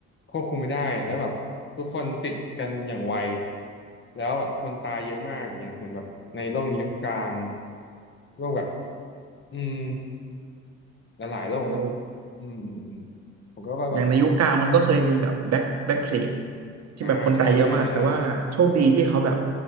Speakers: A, on the left (about 40°); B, on the right (about 60°).
A: ควบคุมไม่ได้แล้วแบบทุกคนติดกันอย่างไวแล้วแบบคนตายเยอะมากอย่างเงี้ยเหมือนแบบในโลกยุคกลางโลกแบบอืมหลายๆโลกเนาะ
B: โอ้
A: อืมอืมอืมผมก็ว่าแบบ
B: อย่างในยุคกลางมันก็เคยมีแบบแบ็คแบ็คเพลกที่แบบคนตายเยอะมากแต่ว่าโชคดีที่เขาแบบ
A: อ่าใช่ใช่ใช่